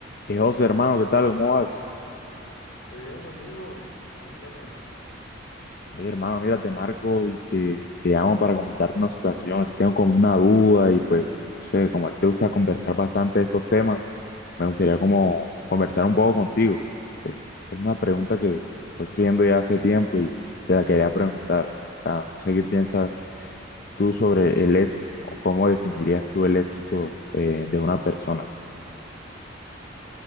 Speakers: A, on the left (about 50°); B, on the left (about 80°).
A: Hey, José, hermano, ¿qué tal? ¿Cómo vas?
B: Muy bien, Juan Diego, cuéntame.
A: Oye, hermano, mira, te marco y te, te llamo para comentarte una situación, que tengo como una duda y pues, no sé, como a ti te gusta conversar bastante de estos temas, me gustaría como conversar un poco contigo. Eh, Es una pregunta que está surgiendo ya hace tiempo y te la quería preguntar. Ah, no sé qué piensas tú sobre el éxito o cómo definirías tú el éxito eh, de una persona.